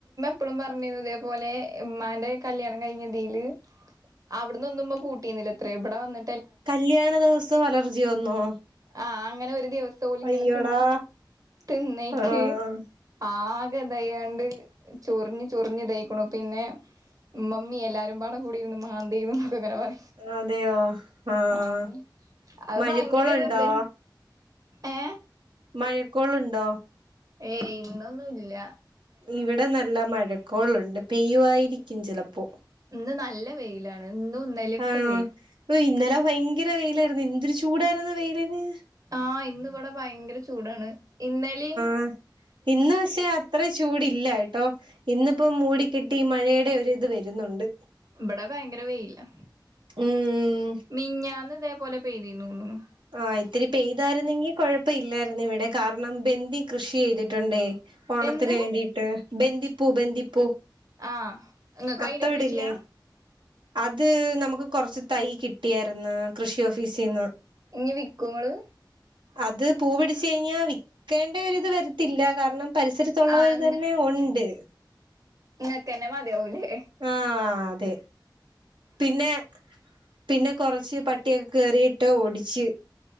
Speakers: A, on the right (about 50°); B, on the right (about 80°).
A: ഇപ്പഴും പറഞ്ഞി ഇതേ പോലെ ഉമ്മാന്റെ കല്യാണം കഴിഞ്ഞ് ഇതില് അവിടന്ന് ഒന്നും ഇമ്മ കൂട്ടി ന്നീലത്രേ ഇവിടെ വന്ന്
B: കല്ല്യാണ ദിവസം അലർജി വന്നോ
A: ആഹ അങ്ങനെ ഒരു ദിവസം ഓല് ഇങ്ങനെ
B: അയ്യോടാ
A: തിന്ന് തിന്നേക്ക്
B: ആഹ്
A: ആകെ ഇതായോണ്ട് ചൊറിഞ്ഞ് ചൊറിഞ്ഞ് ദെയ്ക്കണു പിന്നെ ഇ മമ്മി എല്ലാരും പാടാ കൂടി ഇരുന്ന് മാന്തി നോക്ക അങ്ങനെ പറ
B: അതെയോ ആഹ്
A: ആഹ അത്
B: മഴക്കോളുണ്ടോ
A: ഭയങ്കര ഒരു ഇത് ഏ
B: മഴക്കോൾ ഉണ്ടോ
A: ഏയ് ഇന്ന് ഒന്നും ഇല്ല
B: ഇവിടെ നല്ല മഴക്കോള് ഉണ്ട് പെയ്യും മായിരിക്കും ചെലപ്പോ
A: ഇന്ന് നല്ല വെയിലാ ഇ ന്നും ഇന്നേൽ ഒക്കെ
B: ആണോ ഇന്നലെ ഭയങ്കര വെയില് ആയിരുന്നു എന്ത്‌ ഒരു ചൂടായിരുന്നു വെയിലിന്
A: അ ഇന്ന് ഇവിടെ ഭയങ്കര ചൂടാണ് ഇന്നലെയും
B: അ ഇന്ന് പക്ഷേ അ അത്ര ചൂട് ഇല്ലട്ടോ ഇന്ന് ഇപ്പം മൂടിക്കെട്ടി മഴയടെ ഒരു ഇത് വെരുന്ന് ഒണ്ട്
A: ഇവിടെ ഭയങ്കര വെയിലാ
B: ഉം
A: മിഞ്ഞാന്ന് ഇതേപോലെ പെയ്തീന്നന്നുന്നു
B: ആ ഇത്തിരി പെയ്താ ആയിരുന്നെങ്കി കൊഴപ്പ ഇല്ലായിരുന്നു ഇവിടെ കാരണം ബന്ദി കൃഷി ചെയ്തിട്ട് ഒണ്ടേ ഓണത്തിന്
A: എന്ത്
B: വേണ്ടിട്ട് ബന്ദിപ്പൂ ബന്ദിപ്പൂ
A: ആഹ് ഇങ്ങക്ക്
B: അത്തം
A: അയിന്റെ കൃഷിയാ
B: ഇടില്ലേ അത് നമുക്ക് കൊറച്ച് തൈ കിട്ടിയായിരുന്നു കൃഷി ഓഫീസിന്ന്
A: ഇനി വിക്കോ ഇങ്ങള്
B: അത് പൂ പിടിച്ച് കഴിഞ്ഞാൽ വിൽക്കേണ്ട ഒരു ഇത് വെരത്തില്ല കാരണം പരിസരത്ത് ഒള്ളവര്
A: ആഹ്
B: തന്നെ ഒണ്ട്
A: നിങ്ങക്ക് എന്നെ മതിയാവുലേ
B: ആഹ അതെ പിന്നെ പിന്നെ കൊറച്ച് പട്ടിക്ക് കേറിയിട്ട് ഒടിച്ച്